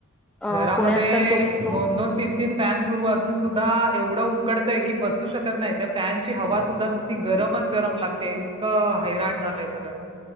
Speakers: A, in the centre; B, on the right.
A: अ
B: घरामध्ये
A: पुण्यात तर तुम तुम
B: दोन दोन, तीन तीन- फॅन सुरू असून सुद्धा एवढं उकडतय की, बसू शकत नाही त्या- फॅनची हवा सुद्धा नुसती गरमच गरम लागते, इतकं हैराण झालंय सगळं.